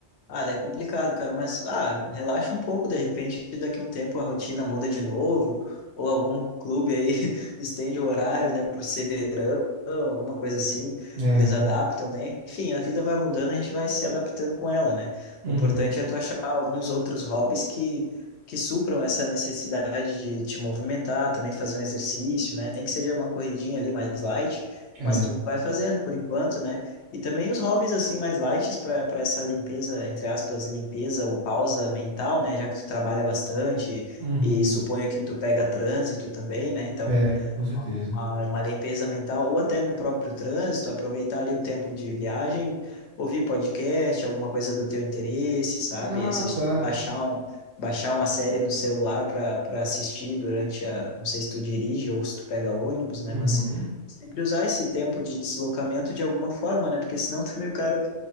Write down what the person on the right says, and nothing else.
É.
Uhum.
É.
Uhum.
É, com certeza.
Ah,
tá.
Uhum.